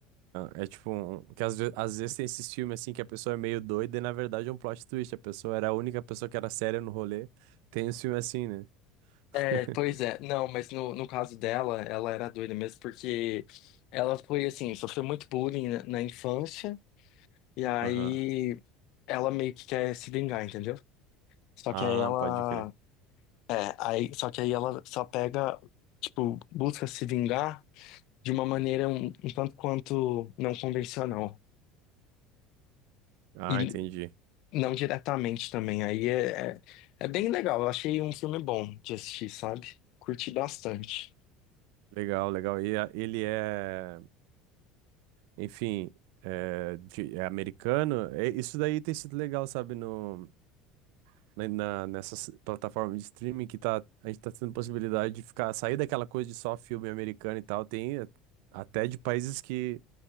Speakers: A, on the right; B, on the left.
A: É, é tipo um... Que às, ve- às vezes tem esses filmes, assim, que a pessoa é meio doida e, na verdade, é um plot twist. A pessoa era a única pessoa que era séria no rolê. Tem esse filme assim, né? <laughs>
B: É, pois é, não, mas no, no caso dela, ela era doida mesmo, porque ela foi assim, sofreu muito bullying na, na infância, e aí
A: Aham.
B: ela meio que quer se vingar, entendeu? Só
A: Ah,
B: que aí ela
A: pode crer.
B: É, aí, só que aí ela só pega, tipo, busca se vingar de uma maneira um, um tanto quanto não convencional.
A: Ah,
B: E
A: entendi.
B: não diretamente também. Aí é, é, é bem legal. Eu achei um filme bom de assistir, sabe? Curti bastante.
A: Legal, legal. E a- ele é, enfim, é, de- é americano. É, isso daí tem sido legal, sabe, no, na, na- nessas plataformas de streaming que tá, a gente tá tendo possibilidade de ficar, sair daquela coisa de só filme americano e tal. Tem a- até de países que.